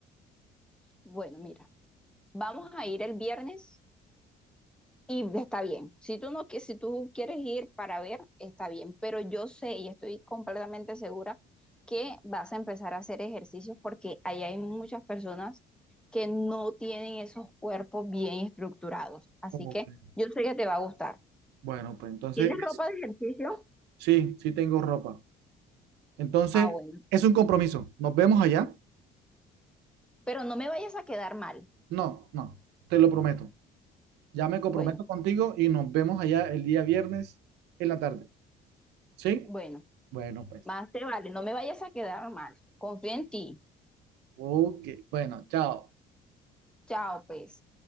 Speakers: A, in the centre; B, on the right.
A: Bueno, mira, vamos a ir el viernes Y está bien, si tú no, qui- si tú quieres ir para ver, está bien, pero yo sé y estoy completamente segura que vas a empezar a hacer ejercicios porque ahí hay muchas personas que no tienen esos cuerpos bien estructurados. Así
B: Como
A: que
B: que,
A: yo sé que te va a gustar.
B: Bueno, pues entonces,
A: ¿Tienes ropa de ejercicio?
B: sí, sí tengo ropa. Entonces,
A: Ah, bueno,
B: es un compromiso. Nos vemos allá.
A: pero no me vayas a quedar mal.
B: No, no, te lo prometo. Ya me comprometo
A: Bueno,
B: contigo y nos vemos allá el día viernes en la tarde. ¿Sí?
A: bueno,
B: Bueno, pues.
A: más te vale, no me vayas a quedar mal. Confía en ti.
B: Ok, bueno, chao.
A: Chao, pues.